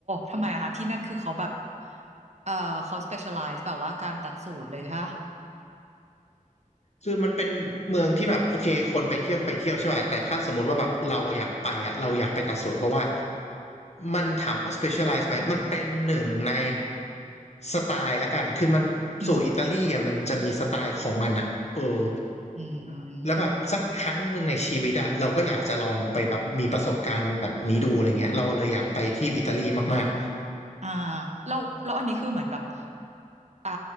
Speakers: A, on the right; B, on the left.
A: ทำไมอะคะที่นั่นคือเขาแบบเอ่อเขา specialize แบบว่าการตัดสูตรเลยค่ะ
B: คือมันเป็นเมืองที่แบบโอเคคนไปเที่ยวก็ไปเที่ยวใช่ป่ะแต่ถ้าสมมุติว่าแบบเราอยากไปอ่ะเราอยากไปตัดสูตรเพราะว่ามันถามว่า specialize ไหมมันเป็นหนึ่งในสไตล์ละกันคือมันสูตรอิตาลีอ่ะมันจะมีสไตล์ของมันอ่ะเออ
A: อืม อืม
B: แล้วแบบสักครั้งหนึ่งในชีวิตอ่ะเราก็อยากจะลองไปแบบมีประสบการณ์แบบนี้ดูอะไรเงี้ยเราเลยอยากไปที่อิตาลีมาก
A: อ่าแล้วแล้วอันนี้คือเหมือนแบบอ่า